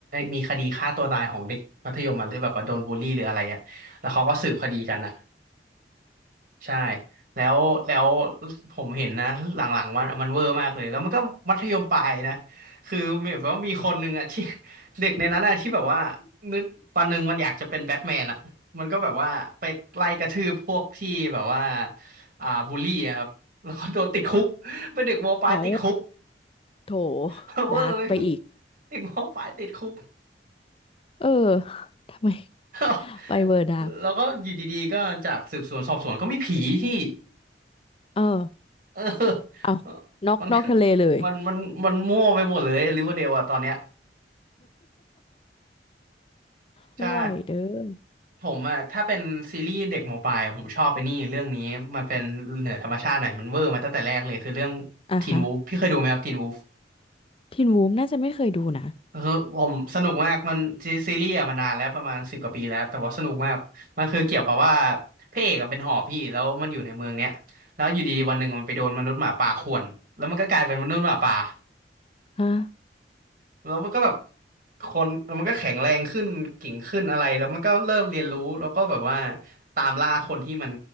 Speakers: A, on the right; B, on the left.
A: มีคดีฆ่าตัวตายของเด็กมัธยมมันเลยแบบว่าโดนบูลลี่หรืออะไรอะแล้วเขาก็สืบคดีกันอะ ใช่แล้วแล้วผมเห็นนะหลังๆมันมันเวอร์มากเลยแล้วมันก็มัธยมปลายนะคือมีแบบว่ามีคนหนึ่งอะ <laughs> ที่ <laughs> เด็กในนั้นอะที่แบบว่านึกวันหนึ่งมันอยากจะเป็นแบทแมนอะมันก็แบบว่าไปไล่กระทืบพวกที่แบบว่าอ่าบูลลี่อะครับแล้วก็โดนติดคุกเป็นเด็กมปลายติดคุก
B: เอ้าโถ
A: <laughs> เวอร์ไหมพี่
B: ดาร์กไปอีก
A: เด็กมปลายติดคุก
B: เออทำไม
A: <laughs>
B: ไปเวอร์ดาร์ก
A: แล้วก็อยู่ดีๆก็จากสืบสวนสอบสวนก็มีผีพี่
B: เออ
A: เออ
B: เอานอกนอกทะเลเลย
A: มันมันมันมันมั่วไปหมดเลยริเวอร์เดลอะตอนเนี้ย
B: ไม่ไหวเด้อ
A: ใช่ผมอะถ้าเป็นซีรีส์เด็กหมอปลายอะผมชอบไปนี่เรื่องนี้มันเป็นเหนือธรรมชาติหน่อยมันเวอร์มาตั้งแต่แรกเลยคือเรื่อง
B: อ่ะฮะ
A: ทีนวูฟพี่เคยดูไหมครับทีนวูฟ
B: ทีนวูฟน่าจะไม่เคยดูนะ
A: คือผมสนุกมากมันซีซีรีส์อะมานานแล้วประมาณสิบกว่าปีแล้วแต่ว่าสนุกมากมันคือเกี่ยวกับว่าพระเอกมันเป็นหอบพี่แล้วมันอยู่ในเมืองเนี้ยแล้วอยู่ดีๆวันหนึ่งมันไปโดนมนุษย์หมาป่าข่วนแล้วมันก็กลายเป็นมนุษย์หมาป่า
B: ฮะ
A: แล้วมันก็แบบคนแล้วมันก็แข็งแรงขึ้นเก่งขึ้นอะไรแล้วมันก็เริ่มเรียนรู้แล้วก็แบบว่าตามล่าคนที่มัน